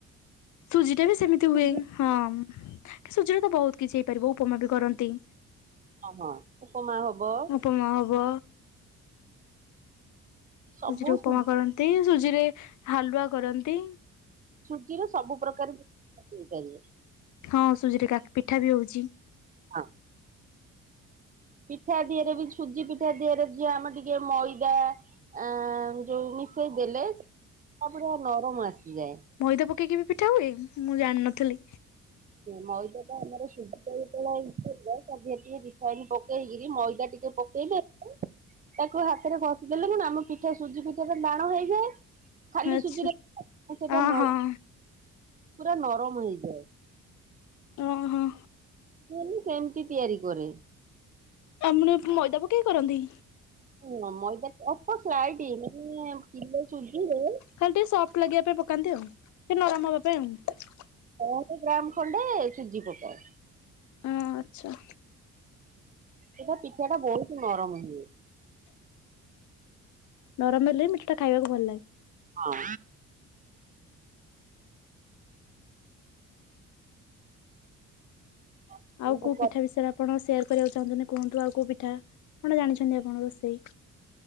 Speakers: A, on the left; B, on the right.
A: ସୁଜି ଟା ବି ସେମିତି ହୁଏ।
B: ସୁଜି
A: ହଁ କି ସୁଜିରେ ତ ବହୁତ କିଛି ହେଇପାରିବ ଉପମା ବି କରନ୍ତି।
B: ଅ ହଁ ଉପମା ହବ।
A: ଉପମା ହବ।
B: ସବୁ
A: ସୁଜି ରେ ଉପମା
B: ସୁ
A: କରନ୍ତି। ସୁଜି ରେ ହାଲୁଆ କରନ୍ତି।
B: ସୁଜିର ସବୁ ପ୍ରକାର ହେଇପାରିବ।
A: ହଁ ସୁଜିରେ କାକ୍ ପିଠା ବି ହଉଚି।
B: ହଁ। ପିଠା ଦିହରେ ବି ସୁଜି ପିଠା ଦିହରେ ଯାଆମ ଟିକେ ମଇଦା ଆଁ ଯୋଉ ମିଶେଇ ଦେଲେ ଠା ପୁରା ନରମ ଆସିଯାଏ।
A: ମଇଦା ପକେଇକି ବି ପିଠା ହୁଏ କି? ମୁଁ ଜାଣିନଥିଲି।
B: ମଇଦାଟା ଆମର <unintelligible> ତା ଦିହେରେ ଟିକେ ରିଫାଇନି ପକେଇକିରି ମଇ ଲୁଗା ଟିକେ ପକେଇଲେ ହୁଁ। ତାକୁ ହାତରେ ଘଷିଦେଲେ ଆମ ପିଠା ସୁଜି ପିଠା ଟାଣ ହେଇଯାଏ। ଖାଲି
A: ଆଚ୍ଛା।
B: ସୁଜିରେ ସେଟା
A: ଅ
B: ମଇ
A: ହଁ
B: ପୁରା ନରମ ହେଇଯାଏ।
A: ହଁ ହଁ।
B: ମୁଁ ବି ସେମିତି ତିଆରି କରେ।
A: ମାମୁନି ଅପା ମଇଦା ପକେଇ କରନ୍ତି।
B: ହଁ ମଇଦା ଅପ ସ୍ଲାଇଡ୍ ମାନେ ଚୁଲିରେ
A: ଖାଲି ଟିକେ ସଫ୍ଟ ଲାଗିବା ପାଇଁ ପକାନ୍ତି ଆଉ ଟିକେ ନରମ ହେବା ପାଇଁ ଆଉ
B: ଅଢେଇ ଗ୍ରାମ ଖଣ୍ଡେ ସୁଜି ପକାଅ
A: ଅ ଆଚ୍ଛା।
B: ସେଇଟା ପିଠାଟା ବହୁତ ନରମ ହୁଏ।
A: ନରମ ହେଲେ ମିଠାଟା ଖାଇବାକୁ ଭଲ ଲାଗେ।
B: ହଁ। ହଁ
A: ଆଉ କୋଉ ପିଠା ବିଷୟରେ ଆପ ଆପଣ ସେୟାର କରିବାକୁ ଚାହୁଁଛନ୍ତି କୁହନ୍ତୁ ଆଉ କୋଉ ପିଠା କଣ ଜାଣିଛନ୍ତି ଆପଣ ରୋଷେଇ